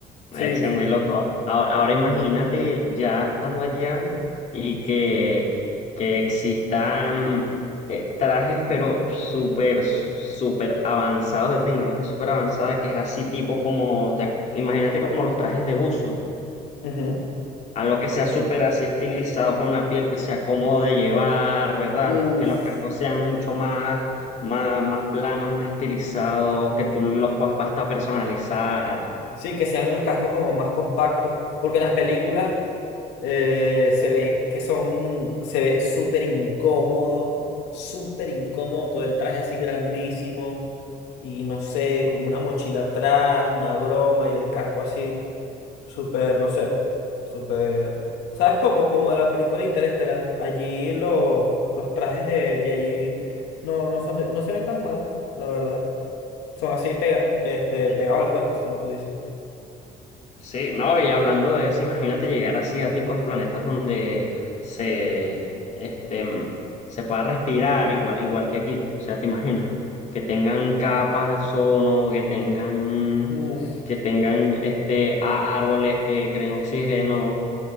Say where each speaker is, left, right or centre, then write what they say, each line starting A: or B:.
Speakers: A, on the left; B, on the left.
A: Sí,
B: Ese
A: sí.
B: es muy loco. Ahora, ahora imagínate ya estando allá y que, que existan eh, trajes, pero súper, sú- súper avanzados de tecnología, súper avanzada, que es así tipo como, te ac- imagínate como los trajes de buzo.
A: Ujú.
B: Algo que sea súper así estilizado con la piel, que sea cómodo de llevar, ¿verdad?
A: Uf.
B: Que los cascos sean mucho más, más, más planos, más estilizados, que tú los puedas hasta personalizar.
A: Sí, que sean los cascos como más compactos, porque en las películas eh, se ve que son, se ve súper incómodo, súper incómodo, todo el traje así grandísimo y no sé, con una mochila atrás, una broma y el casco así, súper, no sé, súper... ¿Sabes cómo? Como de la película Interestelar, allí lo- los trajes de, de allí no, no son, de- no se ven tan mal, la verdad. Son así pega, este,
B: Eh,
A: pegados al cuerpo, como tú dices.
B: Sí, no, y hablando de eso, imagínate llegar así a tipos de planetas donde se, este, mm, se pueda respirar igual, igual que aquí. O sea, te imaginas, que tengan capas de ozono, que tengan,
A: Uf,
B: que tengan este, árboles que creen oxígeno.